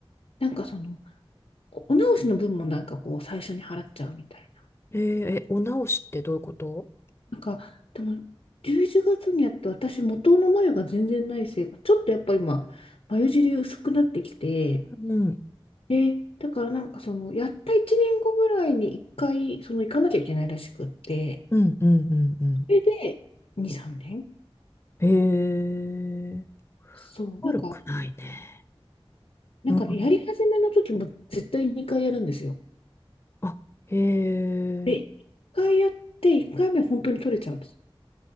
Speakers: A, on the left; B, on the left.
A: なんかその、おお直しの分もなんかこう、最初に払っちゃうみたいな。
B: えーえ、お直しってどういうこと
A: なんか、でも、11月にやって私、元の眉が全然ないせいか、ちょっとやっぱ今、眉尻薄くなってきて、
B: うん。
A: で、だからなんかその、やった1年後ぐらいに一回、その、行かなきゃいけないらしくって、
B: うん。うん。うん。うん
A: それで、2、3年
B: へえ、
A: そう、
B: 悪くないね。
A: なんか、なんかね、
B: うん
A: やり始めの時も絶対2回やるんですよ。
B: あ、へえ、
A: で、一回やって、一回目本当に取れちゃうんです。